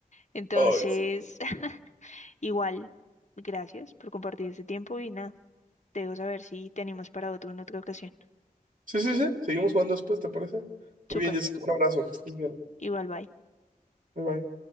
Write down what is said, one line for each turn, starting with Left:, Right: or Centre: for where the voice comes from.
Left: Entonces,
Right: Ay, sí.
Left: <laughs> igual, gracias por compartir este tiempo y nada, te dejo saber si te animas para otro en otra ocasión.
Right: Sí, sí, sí. Seguimos jugando después, ¿te parece? Muy
Left: Súper,
Right: bien, Jessica. Un abrazo. Que estés bien.
Left: igual, bye.
Right: Bye, bye.